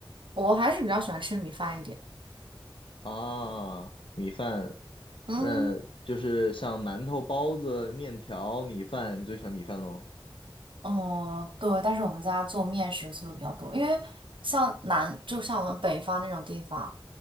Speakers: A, on the right (about 75°); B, on the left (about 80°).
A: 我还是比较喜欢吃米饭一点。
B: 啊，米饭，
A: 嗯，
B: 那就是像馒头、包子、面条、米饭，你最喜欢米饭喽？
A: 哦，对，但是我们家做面食做的比较多，因为像南，就像我们北方那种地方，